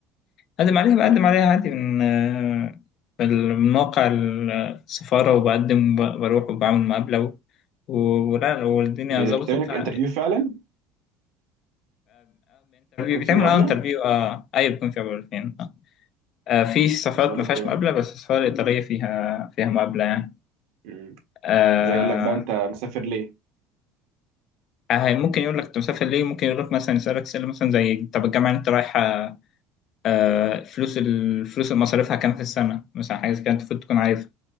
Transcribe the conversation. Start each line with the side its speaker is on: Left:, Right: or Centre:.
Left: اقدم عليها بقدم
Right: ايوه
Left: عليها عادي من آه، بال- من موقع السفارة وبقدم وبروح وبعمل مقابلة و... ولا والدنيا
Right: بت-
Left: ظبطت
Right: بتعمل
Left: انترفيو
Right: لك انترفيو فعلا بيكون
Left: بيتعمل
Right: في مقابلة
Left: اه انترفيو اه ايوه بيكون فيها مقابلتين اه آه، في سفارات
Right: يسألوك
Left: ما فيهاش
Right: ايه بقى
Left: مقابلة بس السفارة الإيطالية فيها فيها مقابلة يعني
Right: مم.
Left: آه...
Right: كده يقول لك بقى انت مسافر ليه
Left: آه، ممكن يقول لك انت مسافر ليه ممكن يقول لك مثلا يسألك سؤال مثلا زي طب الجامعة اللي انت رايحة آه، فلوس الفلوس اللي مصاريفها كام في السنة مثلا حاجة زي كده أنت المفروض تكون عارف